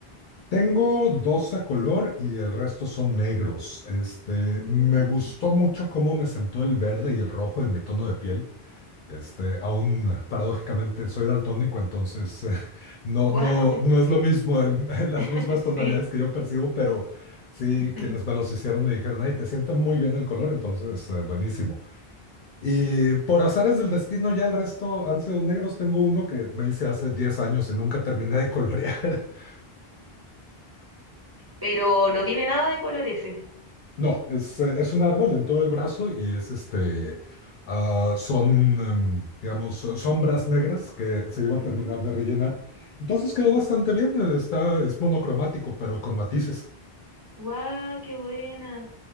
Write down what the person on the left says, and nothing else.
Tengo dos a color y el resto son negros. Este,
me gustó mucho cómo me sentó el verde y el rojo en mi tono de piel. Este, aún ah, paradójicamente soy daltónico, entonces <laughs> eh, no,
no, no es lo mismo, el- <laughs> las
mismas tonalidades
que yo percibo, pero sí,
quienes me los hicieron me dijeron, ay, te sienta muy bien el color, entonces eh, buenísimo. Y por azares del destino, ya el resto han sido negros. Tengo uno que me hice hace 10 años y nunca terminé de colorear. <laughs>
No, es, eh, es un árbol en todo el brazo y es este, ah, son, em, digamos, so- sombras negras que se iba a
terminar de rellenar. Entonces quedó bastante bien, eh, está, es monocromático, pero con matices.